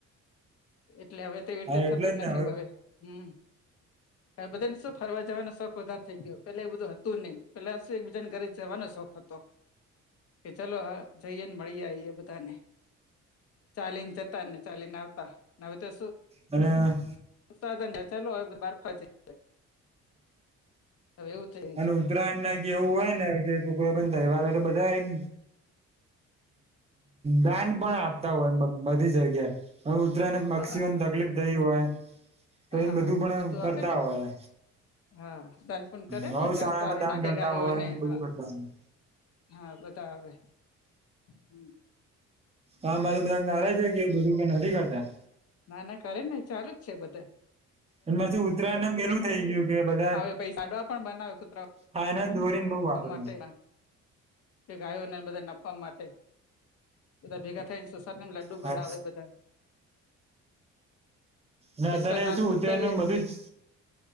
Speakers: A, on the left (about 55°); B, on the right (about 20°).
A: એટલે હવે તેવી
B: હા
A: રીતે
B: એટલે
A: થતું જ
B: ને
A: નથી, હ હવે હમ્મ. એ બધું જવાનો શોખ વધારે થઈ ગયો પેલા એ બધું હતું નહ પેલા શું એક બીજાને ઘરે જવાનો શોખ હતો, કે ચલો જઈએ ને મળી આ એ બધાને ચાલીને જતા ને ચાલીને આવતા હવે તો શું?
B: હા.
A: <unintelligible> હવે એવું થયું
B: અને
A: છે
B: ઉત્તરાયણ ના એવું હોય ને કે કોઈ પણ તહેવાર હોય એટલે બધા એમ દાન પણ આપતા હોય બધી જગ્યાએ હવે ઉતરાયણને પક્ષીઓને
A: હા
B: તકલીફ થઈ હોય તો
A: હા
B: એમ બધું પણ કરતા
A: આપે ને
B: હોય
A: હા દાનપુન કરે
B: ગૌશાળામાં
A: ને ઘાસચારો
B: દાન
A: નાખે
B: કરતા
A: ગાયો
B: હોય
A: અને
B: ને બધું
A: હા
B: કરતા હોય
A: હા બધા આવે. હમ
B: હા મારી બેન નારાજ હે કે એ બધું કર નથી કરતાં?
A: ના ના કરે ને ચાલુ જ છે બધાય
B: એમાંથી ઉતરાયણને મેલું થઈ ગયું. કે બધા
A: આવે પહિ સાડવા પણ બનાવે કુતરા
B: હા એના દોરીને બઉ વાપરે
A: ગાયો માટે કે ગાયોને ને બધાને આપવા માટે. બધા ભેગા થાયને તો સકન લડું
B: હા
A: બનાવે બધાય
B: ને
A: પૈસા
B: અત્યારે એવું
A: દાન
B: શું
A: પણ
B: ઉતરાયણનું
A: કરીએ
B: ને બધું જ